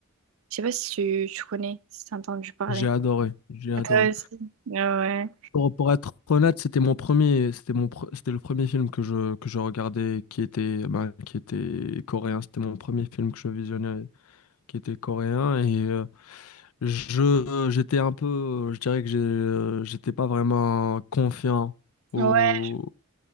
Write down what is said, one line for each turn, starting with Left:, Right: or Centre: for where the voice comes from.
Right: Je sais pas si tu, tu connais, si t'as entendu parler.
Left: J'ai adoré, j'ai adoré.
Right: Ah, Toi aussi. Ah Ouais.
Left: Pour, pour être honnête, c'était mon premier, c'était mon, pre- c'était le premier film que je, que je regardais qui était, ben, qui était coréen. C'était mon premier film que je visionnais qui était coréen. Et, euh, Je, j'étais un peu, je dirais que j'ai- j'étais pas vraiment confiant au,
Right: Ouais.